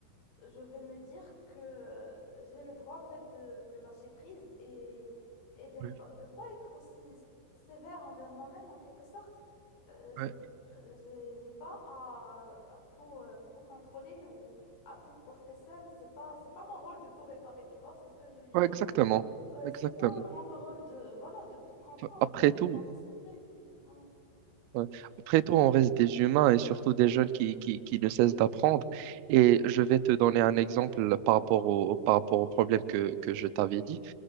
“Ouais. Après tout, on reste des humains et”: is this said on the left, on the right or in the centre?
Right